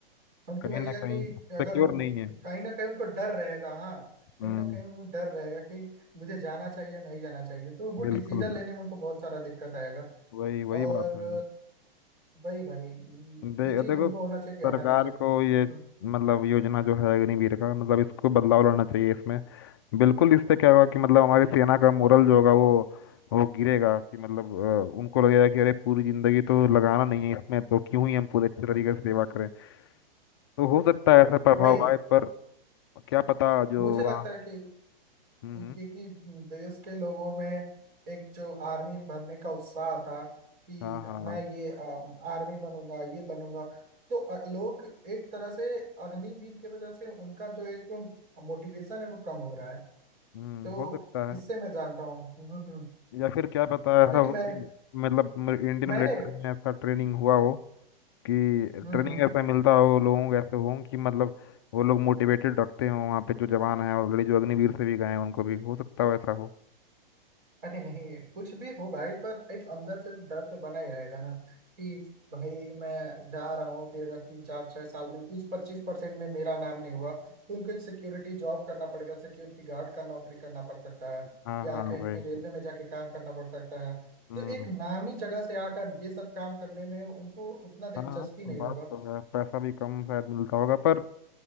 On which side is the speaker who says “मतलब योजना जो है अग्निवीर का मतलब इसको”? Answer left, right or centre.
Left